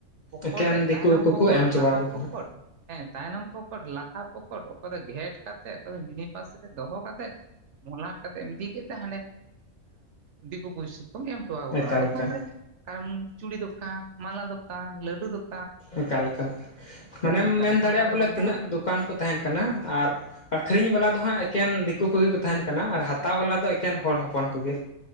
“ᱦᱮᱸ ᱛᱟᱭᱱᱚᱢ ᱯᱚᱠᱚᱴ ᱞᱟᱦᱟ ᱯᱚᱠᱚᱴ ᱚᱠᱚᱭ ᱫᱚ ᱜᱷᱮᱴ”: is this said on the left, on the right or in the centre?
Right